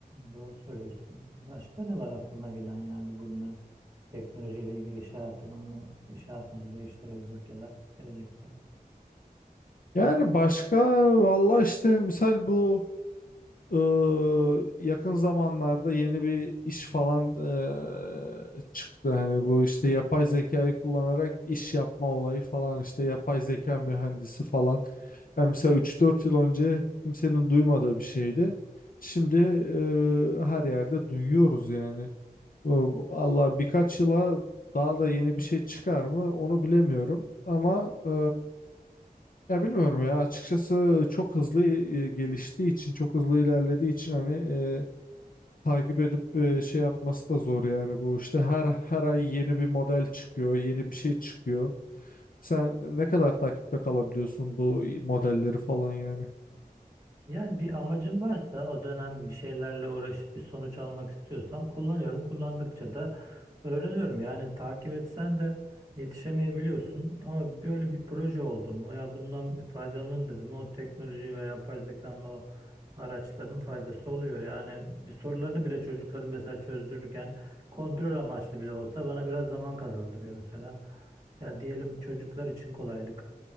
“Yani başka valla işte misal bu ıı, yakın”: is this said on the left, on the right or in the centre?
Left